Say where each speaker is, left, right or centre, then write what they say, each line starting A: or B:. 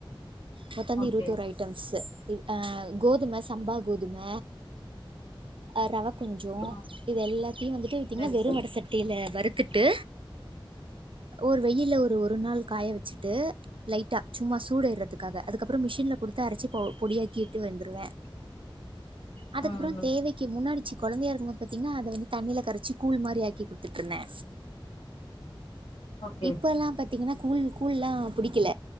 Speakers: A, on the right; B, on the left.
A: மொத்தோ வந்து
B: ஓகே
A: இருவத்தோரு ஐட்டம்ஸு இது ஆ கோதும சம்பா கோதும ஆ ரவ கொஞ்சோ
B: ஆ
A: இது எல்லாத்தையு வந்துட்டு பாத்தீங்கன்னா
B: சரி
A: வெறு
B: சரி
A: வட சட்டியில வறுத்துட்டு ஒரு வெயில்ல ஒரு ஒரு நாள் காய வச்சுட்டு லைட்டா சும்மா சூடு ஏறதுக்காக அதுக்கப்புறோ மிஷின்ல குடுத்து அரைச்சி பவு பொடியாக் க்கிட்டு வந்துருவே. அதுக்கப்பறோ
B: ம்
A: தேவைக்கி
B: ம்
A: முன்னாடி சி கொழந்தையா இருக்கும்போது பாத்தீங்கன்னா அத வந்து தண்ணியில கரைச்சு கூழ் மாரி ஆக்கி குடுத்துட்ருந்தே.
B: ஓகே
A: இப்ப எல்லா பாத்தீங்கன்னா கூழ் கூழ்லா புடி க்கல